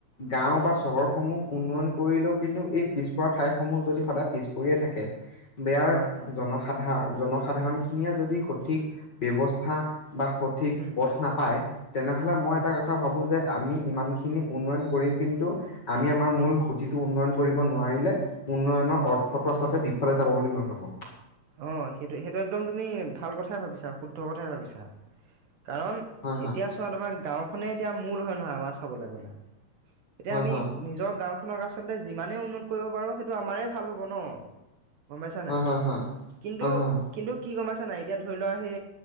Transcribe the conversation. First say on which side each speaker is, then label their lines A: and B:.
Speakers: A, on the left; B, on the right.
A: গাঁও বা চহৰসমূহ উন্নয়ন কৰিলেও কিন্তু এই পিছপৰা ঠাইসমূহ যদি সদায় পিছ পৰিয়ে থাকে বেয়াৰ
B: হয় হয়
A: জনসাধাৰ জনসাধাৰণ খিনিয়ে যদি সঠিক ব্যৱস্থা বা সঠিক
B: উম
A: পথ নাপায় তেনেহলে মই
B: হয়
A: এটা কথ কথা ভাবো যে আমি ইমানখিনি উন্নয়ন কৰি কিন্তু আমি আমাৰ মুল
B: উম
A: সুত সুতিটো উন্নয়ন কৰিব নোৱাৰিলে উন্নয়নৰ
B: অ
A: অৰ্থটো আচলতে বিফলে যাব বুলি মই ভাবো
B: অঁ সেইটোৱে সেইটো একদম তুমি ভাল কথাই ভাবিছা শুদ্ধ কথাই ভাবিছা কাৰণ
A: হয় হয়
B: এতিয়া চোৱা তোমাৰ গাঁওখনে এতিয়া মূল হয় নহয় আমাৰ চাবলৈ গলে এতিয়া
A: হয়
B: আমি নিজৰ গাঁওখনক আচলতে যিমানেই উন্নত কৰিব পাৰোঁ সেইটো আমাৰেই ভাল হ'ব ন গম পাইছা নাই
A: হয় হয়
B: কিন্তু
A: হয় হয়
B: কিন্তু কি গম পাইছা নাই এতিয়া ধৰি লোৱা সে